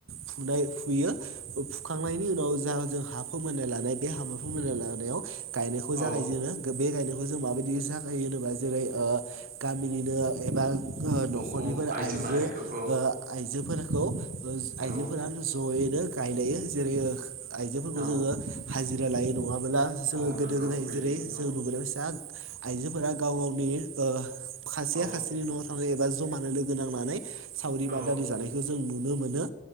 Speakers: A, on the right; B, on the right.
A: फुनाय फुयो। हुखांनायनि उनाव जा जों हा फोमोननाय लानाय बे हाबा फोमोननाय लानायाव गायनायखौ
B: औ
A: जागाय जेनो। गो बे गायनायखौ जों माबायदि जागायो होनोबा जेरै ओ गामिनिनो एबा हो न नखरनिफोर
B: औ
A: आइजो
B: माहारिखौ औ
A: ओ आइजोफोरखौ आइजोफोरा
B: औ
A: जयैनो रायलायो जेरै आइजोफोर
B: औ
A: खौ जोंङो हाजिरा लायो नंङाब्ला जोंङो
B: औ
A: गोदो
B: नंगौ
A: गोदाय
B: बिदिनो
A: जेरै जों <unintelligible> आइजोफोरा गाव गावनि ओ खासेया
B: औ
A: खासेनि न'आव थांनाय एबा जमा लोगो नांनानै सावरि बादारि
B: औ
A: जानायखौ जों नुनो मोनो।